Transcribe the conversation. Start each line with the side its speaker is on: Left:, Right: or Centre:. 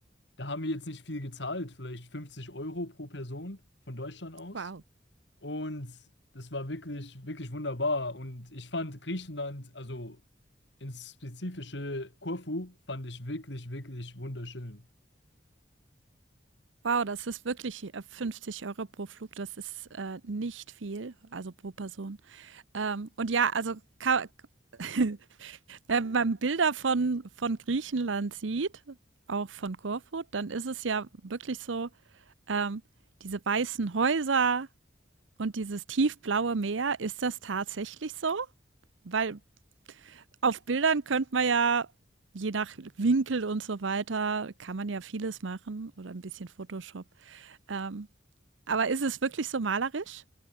Left: da haben wir jetzt nicht viel gezahlt, vielleicht 50 Euro pro Person von Deutschland aus.
Right: Wow.
Left: Und das war wirklich, wirklich wunderbar. Und ich fand Griechenland, also ins spezifische Korfu, fand ich wirklich, wirklich wunderschön.
Right: Wow, das ist wirklich äh, 50 Euro pro Flug, das ist äh, nicht viel, also pro Person. Ähm, und ja, also ka <laughs> Äh, Wenn man Bilder von, von Griechenland sieht, auch von Korfu, dann ist es ja wirklich so, ähm, diese weißen Häuser und dieses tiefblaue Meer, ist das tatsächlich so? Weil auf Bildern könnte man ja, je nach Winkel und so weiter, kann man ja vieles machen oder ein bisschen Photoshop. Ähm, aber ist es wirklich so malerisch?